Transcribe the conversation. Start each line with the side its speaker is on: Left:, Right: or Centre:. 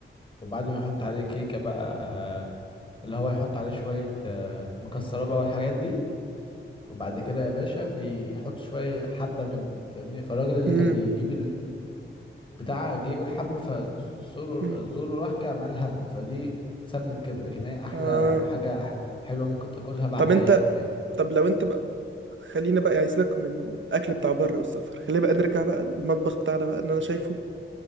Left: وبعد ما يحط عليه كيكة بقى آه اللي هو يحط عليه شوية آه مكسرات بقى والحاجات دي وبعد كده يا باشا بيحط شوية حبة منه فاهمني فالراجل اللي
Right: امم
Left: كان بيجيب البتاع جه يقول حبة فزوره
Right: أمم.
Left: زوره راح كده عمل حبة فدي اتسمت كده لكن هي أحلى
Right: اه
Left: حاجة حلوة ممكن تاكلها بعد
Right: طب انت
Left: أي أكل يعني
Right: طب لو انت بقى خلينا بقى يعني سيبك من الاكل بتاع بره والسفر خلينا بقى نرجع بقى المطبخ بتاعنا بقى ان انا شايفه